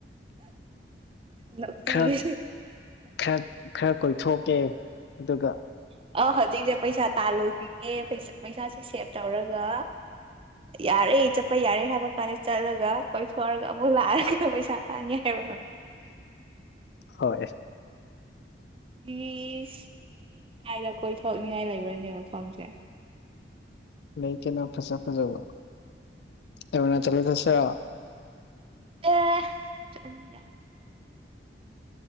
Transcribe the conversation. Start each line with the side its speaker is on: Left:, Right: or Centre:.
Right: ꯅꯣꯛꯄꯤꯒꯦ
Left: ꯈꯔ ꯈꯔ ꯈꯔ ꯀꯣꯏꯊꯣꯛꯀꯦ ꯑꯗꯨꯒ
Right: ꯑ ꯍꯧꯖꯤꯛꯁꯦ ꯄꯩꯁꯥ ꯇꯥꯜꯂꯨꯈꯤꯒꯦ ꯄꯩꯁꯥꯁꯦ ꯁꯦꯚ ꯇꯧꯔꯒ ꯌꯥꯔꯦ ꯆꯠꯄ ꯌꯥꯔꯦ ꯍꯥꯏꯕ ꯀꯥꯟꯗ ꯆꯠꯂꯒ ꯀꯣꯏꯊꯣꯔꯔꯒ ꯑꯃꯨꯛ ꯂꯥꯛꯑꯒ ꯄꯩꯁꯥ ꯇꯥꯡꯉꯦ ꯍꯥꯏꯕ
Left: ꯍꯣꯏ
Right: ꯌꯦꯁ ꯀꯥꯏꯗ ꯀꯣꯏ ꯊꯣꯛꯅꯤꯉꯥꯏ ꯂꯩꯕ꯭ꯔꯅꯦ ꯃꯐꯝꯁꯦ
Left: ꯂꯩ ꯀꯩꯅꯣ ꯐꯁ ꯐꯖꯕ ꯑꯦꯅ ꯆ ꯊꯁ
Right: ꯑꯦ <inaudible>